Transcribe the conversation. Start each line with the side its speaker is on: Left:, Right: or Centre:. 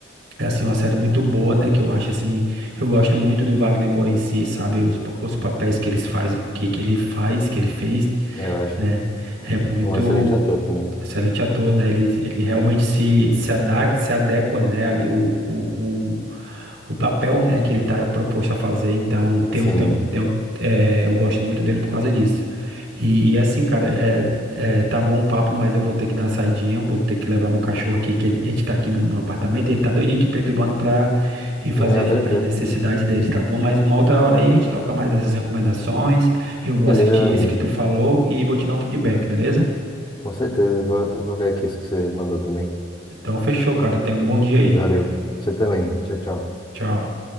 Right: É assim, uma série muito boa, né? Que eu acho assim, eu gosto muito do Wagner Moura em si, sabe? Os, pa- os papéis que eles faz, que, que ele faz, que ele fez,
Left: Eu acho
Right: né? É muito.
Left: um excelente ator também.
Right: Excelente ator, né? Ele, ele realmente se, se, ada- se adequa, né? Ali o, o, o, o papel, né? Que ele está proposto a fazer. Então, tem,
Left: Sim,
Right: o- tem, tem, o- é, eu gosto muito dele por causa disso. E, e assim, cara, é, é, tá bom o papo, mas eu vou ter que dar uma saidinha. Vou ter que levar meu cachorro aqui, que a gente tá aqui no, no apartamento. Ele tá doidinho aqui perturbando pra ir fazer
Left: não, tranquilo.
Right: as necessidades dele, tá bom? Mas uma outra hora aí a gente troca mais essas recomendações. Eu vou
Left: Beleza,
Right: assistir
Left: meu amigo.
Right: esse que tu falou e vou te dar um feedback, beleza?
Left: Com certeza, eu vou, eu vou ver aqui isso que você mandou também.
Right: Então, fechou, cara. Tenha um bom dia aí.
Left: Valeu. Você também. Tchau, tchau.
Right: Tchau.